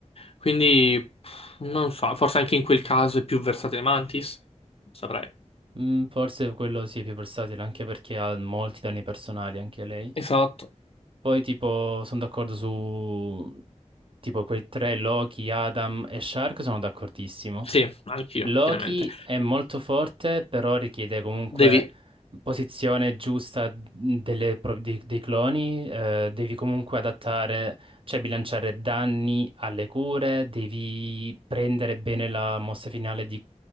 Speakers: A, on the left (about 50°); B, on the right (about 45°).
A: Quindi pff, non so, forse anche in quel caso è più versatile Mantis, non saprei.
B: Mm, forse quello sì, è più versatile, anche perché ha molti danni personali, anche lei.
A: Esatto.
B: Poi tipo sono d'accordo su tipo quei tre Loki, Adam e Shark, sono d'accordissimo.
A: Sì, anch'io,
B: Loki
A: pienamente.
B: è molto forte, però richiede comunque
A: Devi...
B: posizione giusta delle pro- di- dei cloni. eh, devi comunque adattare, cioè bilanciare danni alle cure, devi prendere bene la mossa finale di-